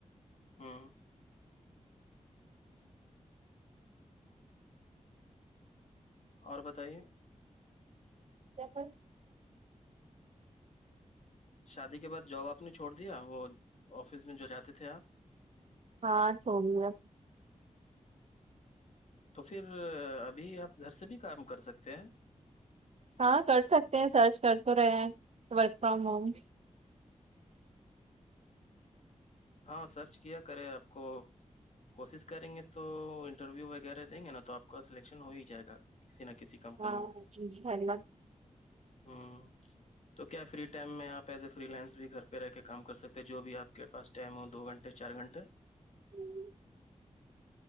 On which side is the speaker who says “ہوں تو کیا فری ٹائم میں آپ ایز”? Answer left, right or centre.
Left